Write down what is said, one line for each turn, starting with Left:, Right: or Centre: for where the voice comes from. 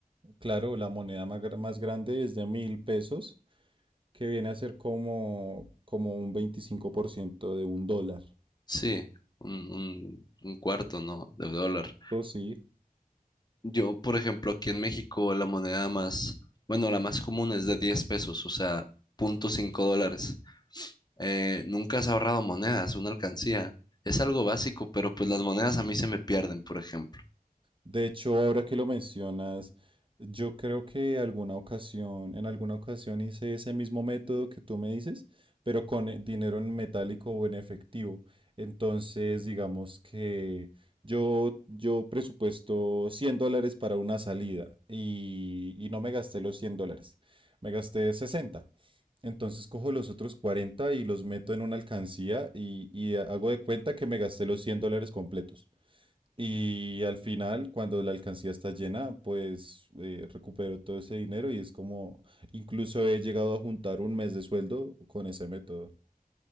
Right: Claro, la moneda más, gra- más grande es de mil pesos, que viene a ser como, como un 25% de un dólar.
Left: Sí, un, un, un cuarto, ¿no? De dólar.
Right: Eso sí.
Left: Yo, por ejemplo, aquí en México la moneda más, bueno, la más común es de 10 pesos, o sea, punto cinco dólares. eh, nunca has ahorrado monedas, una alcancía. Es algo básico, pero pues las monedas a mí se me pierden, por ejemplo.
Right: De hecho, ahora que lo mencionas, yo creo que alguna ocasión, en alguna ocasión hice ese mismo método que tú me dices, pero con eh, dinero en metálico o en efectivo. Entonces, digamos que yo, yo presupuesto 100 dólares para una salida y, y no me gasté los 100 dólares, me gasté 60. Entonces cojo los otros 40 y los meto en una alcancía y, y hago de cuenta que me gasté los 100 dólares completos. Y al final, cuando la alcancía está llena, pues eh, recupero todo ese dinero y es como, incluso he llegado a juntar un mes de sueldo con ese método.